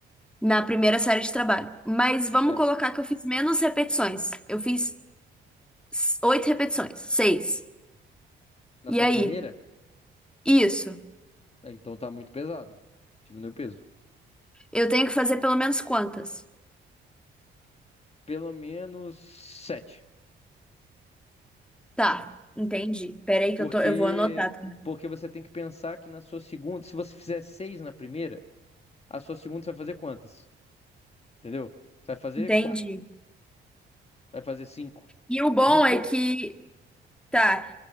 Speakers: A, in the centre; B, on the left.
A: na primeira série de trabalho. Mas vamos
B: É,
A: colocar que eu fiz menos repetições. Eu fiz s- 8 repetições, 6.
B: na
A: E
B: sua
A: aí?
B: primeira,
A: Isso.
B: né, então tá muito pesado. Diminui o peso.
A: Eu tenho que fazer pelo menos quantas?
B: Pelo menos sete.
A: Tá, entendi. Peraí
B: Porque
A: que eu tô, eu vou anotar também.
B: porque você tem que pensar que na sua segunda, se você fizer seis na primeira, a sua segunda você vai fazer quantas? Entendeu? Você vai fazer
A: Entendi.
B: quatro, vai fazer cinco.
A: E o bom
B: É muito
A: é
B: pouco.
A: que, tá,